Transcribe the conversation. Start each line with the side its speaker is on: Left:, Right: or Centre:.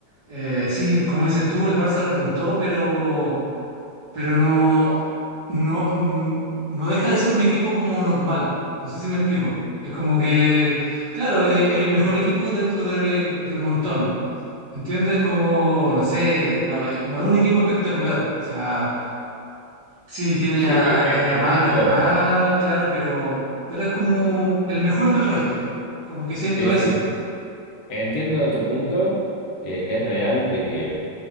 Right: eh, sí, como dices tú, el Barça repuntó, pero, pero no, no, n- no deja de ser un equipo como normal. No sé si me explico. Es como que, claro, es, es el mejor equipo dentro de- del montón. ¿Entiendes? Como, no sé, no, no es un equipo espectacular. O sea. Sí, tiene
Left: Sí,
Right: a,
Left: sí,
Right: a, a
Left: e-
Right: Yama-
Left: entiendo.
Right: a Yamal, claro, pero, pero es como el mejor del resto. Como que siento
Left: Sí,
Right: eso.
Left: sí, entiendo tu punto. eh, es real de que